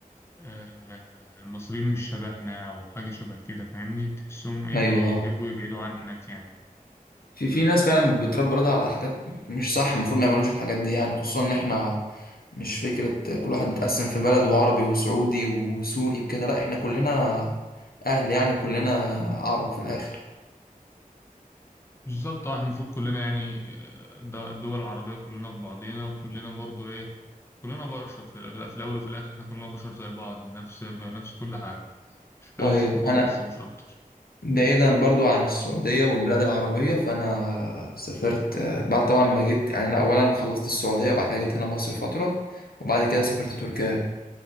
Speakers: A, on the left; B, on the left.
A: آه، المصريين مش شبهنا أو حاجة شبه كده فاهمني تحسهم إيه
B: أيوه
A: بيحبوا
B: اه
A: يبعدوا عنك يعني
B: في في ناس فعلا بتربي ولادها على حاجات مش صح المفروض ما يعملوش الحاجات دي يعني خصوصا إن إحنا مش فكرة كل واحد متقسم في بلد وعربي وسعودي وسوري وكده لا إحنا كلنا أهل يعني وكلنا عرب في الآخر
A: بالظبط اه احنا المفروض كلنا يعني آه، ده الدول العربية كلنا في بعضينا وكلنا برضو ايه كلنا بشر في الأ- في الأول وفي الآخر احنا كلنا بشر زي بعض نفس نفس كل حاجة اختلاف
B: طيب
A: ثقافات
B: أنا
A: بس مش أكتر
B: بعيدا برضو عن السعودية والبلاد العربية فأنا سافرت آه، بعد طبعا ما جيت يعني أنا أولا خلصت السعودية وبعد كده جيت هنا مصر فترة وبعد كده سافرت تركيا